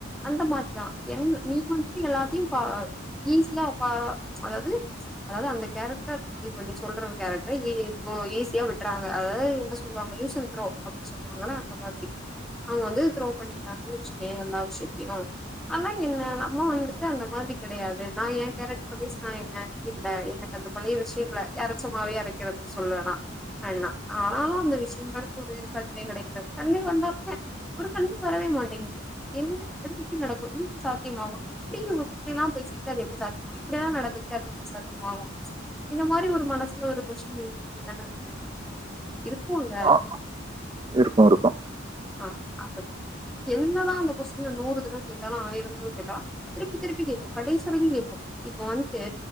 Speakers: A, in the centre; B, on the right.
A: அந்த மாரிதா என் நீ வந்துட்டு எல்லாத்தையு பா ஈஸியா வா அதாவ்து அதாவ்து அந்த கேரக்டர் இப்ப நீ சொல்ற கேரக்டர் ஈஸியா விட்றாங்க அதாவ்து என்ன சொல்வாங்க யூஸ் அன் த்ரோ அப்டின் சொல்வாங்க அந்த மாரி அவங்க வந்து த்ரோ பண்னிட்டாங்கன்னு வச்சுக்கோ தேவல்லா விசயத்தையு ஆனா என்ன நம்ம வந்துட்டு அந்த மாரி கெடையாது நா ஏ கேரக்டர் மீன்ஸ் நா என்ன இல்ல எனக்கு அந்த பழைய விஷயங்கல அறச்ச மாவே அரைக்கறதுன்னு சொல்லனா வேணுண்னா ஆனாலு அந்த விஷய எங்களுக்கு ஒரு கல்வி கெடைக்கிறது கண்வே வந்தாலுங்க ஒரு கல்வி வரவே மாட்டேங்குது என்னது எப்டி நடக்கு இதுக்கு சாத்தியமாகு எப்டி இப்டில்லா பேசிக்கிட்டு அது எப்டி சாத்தியமாகு இப்டியெல்லா நடந்துக்கிட்டா அது எப்டி சாத்தியமாகு இந்த மாரி ஒரு மனசுல ஒரு கொஸின் இருந்துகிட்டுதான இருக்கு இருக்கூல வ
B: ஆ, இருக்கும் இருக்கும்
A: ஆ அ என்னதா அந்த கொஸின நூறு தடவ கேட்டாலு ஆயிர தடவ கேட்டா திருப்பி திருப்பி கேட்போ கடைசிவரைக்கூ கேட்போ இப்ப வந்ட்டு